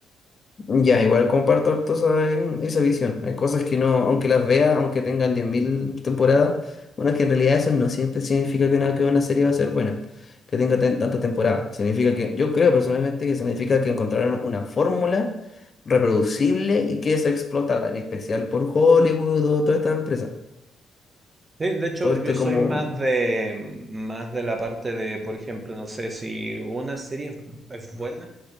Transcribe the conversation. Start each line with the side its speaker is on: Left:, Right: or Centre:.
Left: Ya, igual comparto harto esa, esa visión. Hay cosas que no, aunque las vea, aunque tengan 10.000 temporadas, bueno, es que en realidad eso no siempre significa que una, que una serie va a ser buena, que tenga tan- tantas temporadas. Significa que, yo creo personalmente que significa que encontraron una fórmula reproducible y que es explotada, en especial por Hollywood o toda esta empresa.
Right: Sí, de hecho,
Left: Todo este
Right: yo soy
Left: como...
Right: más de más de la parte de, por ejemplo, no sé si una serie es, es buena,